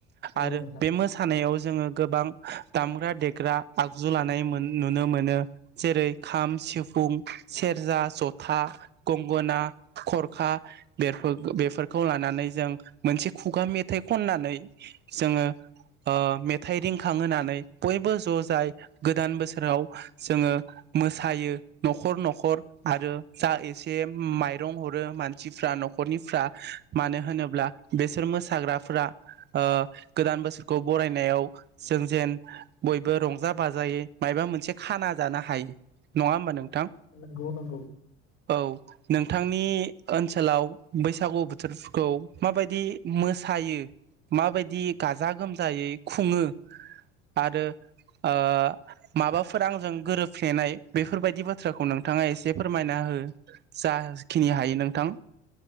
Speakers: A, on the left (about 45°); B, on the right (about 35°).
A: औ
B: आरो
A: नोंथां
B: बे मोसानायाव जोङो गोबां दामग्रा देग्रा आगजु ला नै मोन नुनो मोनो जेरै खाम सिफ फुं सेरजा जथा गंगोना खरखा बेफोरख बेफोरखौ लानानै जों मोनसे खुगा मेथाइ खननानै जोङो ओ मेथ थाइ रिंखांहोनानै बयबो ज' जाय गोदान बोसोराव जोंङो मोसायो। न'खर न'खर आरो जा एसे माइरं हरो मानसिफ्रा न'खरनिफ्रा मानो होनोब्ला बेसोर मोसाग्राफोरा ओ गोदान बोसोरखौ बरायनायाव जों जेन बयबो रंजा बाजायै मायबा मोनसे खाना जानो हायो नङा होमबा नों थां
A: नंगौ नंगौ
B: औ। नोंथांनि ओनसोलाव बैसागु बोथोरफोरखौ माबायदि मोसायो माबायदि गाजा गोमजायै खुंङो आरो ओ माबाफोर आंजों गोरोबफ्लेनाय बेफोरबायदि बा थ्राखौ नोंथांङा एसे फोरमायना हो जाखिनि हायो नोंथां।